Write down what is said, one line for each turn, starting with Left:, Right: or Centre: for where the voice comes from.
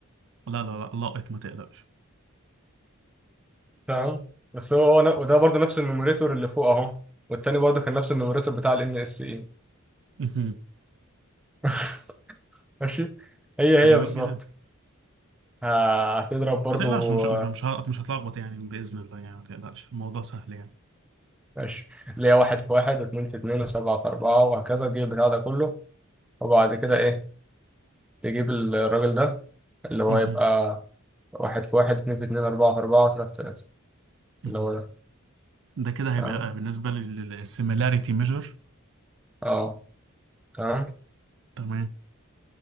Right: لا لا لا لاقط ما تقلقش
Centre: تمام بس هو هو ن- وده برضه نفس النوميريتور اللي فوق اهو والتاني برضه كان نفس النوميريتور بتاع الام اس اي
Right: مهم.
Centre: <laughs> ماشي هي
Right: جميل
Centre: هي بالظبط
Right: جدا
Centre: ه- هتضرب برضو
Right: ما تقلقش مش مش ه- مش هتلخبط يعني بإذن الله يعني ما تقلقش الموضوع سهل يعني
Centre: ماشي اللي هي واحد في واحد واثنين في اتنين وسبعة في أربعة وهكذا تجيب البتاع ده كله وبعد كده إيه تجيب الراجل ده اللي هو
Right: مهم.
Centre: يبقى واحد في واحد اتنين في اتنين أربعة في أربعة وتلاتة في تلاتة
Right: مهم.
Centre: اللي هو ده
Right: ده كده هيبقى
Centre: تمام
Right: بالنسبة للسيميلاريتي ميجر
Centre: أه تمام
Right: تمام